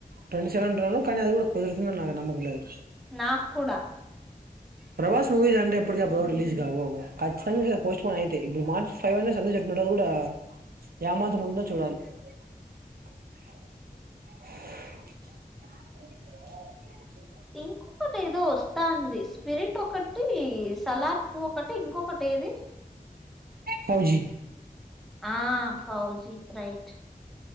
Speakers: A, on the right (about 75°); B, in the centre.
A: ట్వంటీ సెవెన్ అంటున్నరు కనీ అది గూడ కుదిరుతుందని నాకు నమ్మకం లేదు
B: నాకు కూడా
A: ప్రభాస్ మువీస్ అంటేప్పటికప్పుడు రిలీజ్ గావవు, ఖచ్చతంగా పోస్టుపోన్ అయితయి ఇప్పుడు మార్చ్ ఫైవ్ అనేసి అందర్ చెప్ ఇక్కడ గూడా యామాత్రం ఉందో చూడాలి <inaudible> ఇదర్ అ
B: ఇంకొకటెదో వస్తాంది స్పిరిట్ ఒకటి, సలార్ టూ ఒకటి ఇంకొకటెది
A: ఫౌజి
B: ఆ ఫౌజీ రైట్